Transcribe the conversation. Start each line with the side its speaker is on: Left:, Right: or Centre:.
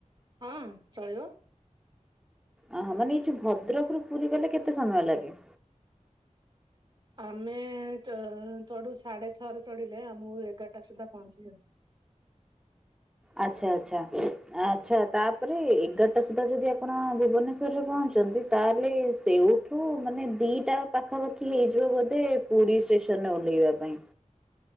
Right: ହଁ ଚଲିବ।
Centre: ଓହୋ ମାନେ ଏଇ ଯୋଉ ଭଦ୍ରକ ରୁ ପୁରୀ ଗଲେ କେତେ ସମୟ ଲାଗେ?
Right: ? ଆମେ ଚଢୁ ସାଢେ ଛଅରେ ଚଢିଲେ ଆମକୁ ଏଗାରଟା ସୁଦ୍ଧା ପହଞ୍ଚିଯାଉ।
Centre: ଆଚ୍ଛା -ଆଚ୍ଛା -ଆଚ୍ଛା ତାପରେ ଏଗାରଟା ସୁଦ୍ଧା ଯଦି ଆପଣ ଭୁବନେଶ୍ୱରରେ ପହଞ୍ଚଛନ୍ତି। ତାହେଲେ ସେଇଠୁ ମାନେ ଦିଟା ପାଖାପାଖି ହେଇଯିବ ବୋଧେ। ପୁରୀ ଷ୍ଟେସନରେ ଓହ୍ଲାଇବା ପାଇଁ।